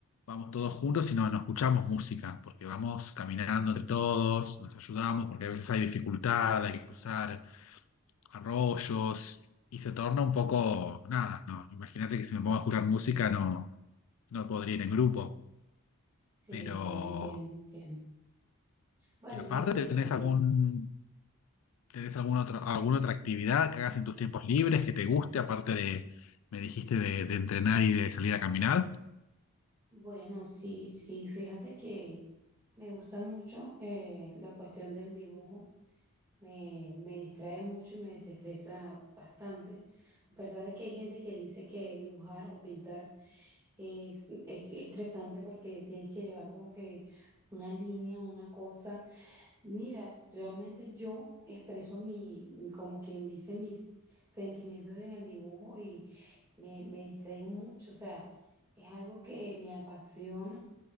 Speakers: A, on the left; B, on the right.
A: vamos todos juntos y no, no escuchamos música, porque vamos caminando entre todos, nos ayudamos, porque a veces hay dificultad, hay que cruzar arroyos y se torna un poco, nada, no, imagínate que si me pongo a escuchar música no, no podría ir en grupo,
B: sí,
A: pero...
B: sí, entiendo, entiendo. Bueno,
A: Y aparte,
B: yo entiendo,
A: ¿tenés
B: Diego.
A: algún ¿Tenés alguna otra, alguna
B: ¿Cómo?
A: otra actividad que hagas en tus tiempos libres que te guste, aparte de, me dijiste, de, de entrenar y de salir a caminar?
B: Bueno, sí, sí, fíjate que me gusta mucho eh, la cuestión del dibujo, me, me distrae mucho y me desestresa bastante, a pesar de que hay gente que dice que dibujar o pintar es, es estresante porque tienes que llevar como que una línea, una cosa, Mira, realmente yo expreso mi, como quien dice, mis sentimientos en el dibujo y me, me distraigo mucho, o sea, es algo que me apasiona